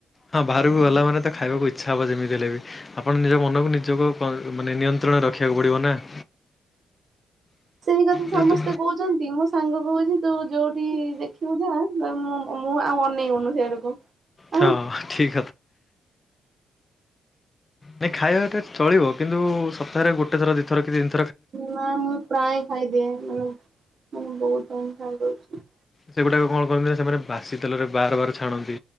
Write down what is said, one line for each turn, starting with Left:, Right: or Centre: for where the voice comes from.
Left: ହଁ ବାହାରକୁ ଗଲା ମାନେ ତ ଖାଇବାକୁ ଇଛା ପଣ ଯେମିତି ହେଲେ ବି ଆପଣ ନିଜ ମନକୁ ନିଜକୁ କ ମାନେ ନିୟନ୍ତ୍ରଣରେ ରଖିବାକୁ ପଡ଼ିବ ନା। <inaudible>
Right: ସେଇ କଥା ସମସ୍ତେ
Left: ଯେହେତୁ
Right: କହୁଚନ୍ତି ମୋ ସାଙ୍ଗ କହୁଚି ତୁ ଯୋଉଠି ଦେଖିବୁ ତା ମୁଁ ମୁଁ ଆଉ ଅନେଇ ବୁନୁ ସିଆଡକୁ
Left: ହଁ
Right: ଆଉ।
Left: ଠିକ୍ ନା ଖାଇବାଟା ଚଳିବ କିନ୍ତୁ ସପ୍ତାହରେ ଗୋଟେ ଥର ଦିଇଥର କି ତିନ
Right: ନା ମୁଁ ପ୍ରାୟ ଖାଇଦିଏ ମ ମାନେ ବହୁତ <unintelligible> ଦଉଚି।
Left: ସେଗୁଡ଼ାକ କଣ କରନ୍ତି ନା ସେମାନେ ବାସି ତେଲରେ ବାର ବାର ଛାଣନ୍ତି